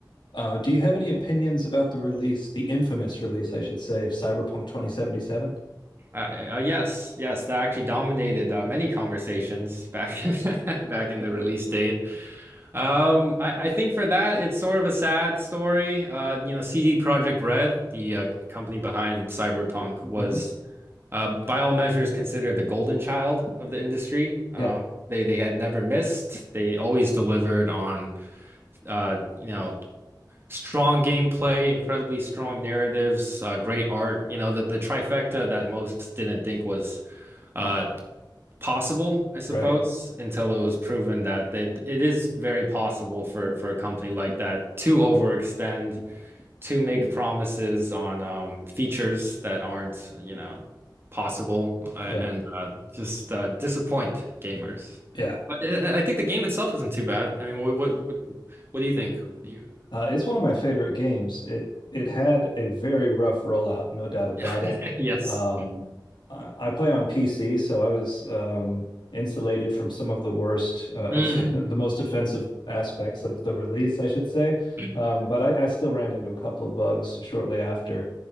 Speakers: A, on the left (about 80°); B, on the right (about 30°).
A: Uh, do you have any opinions about the release, the infamous release, I should say, of Cyberpunk 2077?
B: Uh, uh, yes, yes, that actually dominated uh, many conversations back in, <laughs> back in the release date. Um, I, I think for that it's sort of a sad story. Uh, you know, CD Projekt Red, the uh, company behind Cyberpunk, was
A: Mhm.
B: uh, by all measures considered the golden child of the industry. Um,
A: Yeah,
B: they they had never missed. They always delivered on, uh, you know, strong gameplay, incredibly strong narratives, uh, great art. You know, the the trifecta that most didn't think was uh possible, I suppose,
A: right.
B: until it was proven that they, it is very possible for for a company like that to overextend, to make promises on um, features that aren't, you know, possible, uh,
A: Yeah.
B: and uh, just uh, disappoint gamers.
A: yeah.
B: But I I think the game itself isn't too bad. I mean, what what what, what do you think? What do you? <laughs>
A: Uh, it's one of my favorite games. It it had a very rough rollout, no doubt about
B: Yeah.
A: it.
B: Yes.
A: Um, I, I play on PC, so I was um, insulated from some of the worst, uh,
B: Mm.
A: off <laughs> the most offensive aspects of the release, I should say.
B: <laughs>
A: Um, but I, I still ran into a couple of bugs shortly after.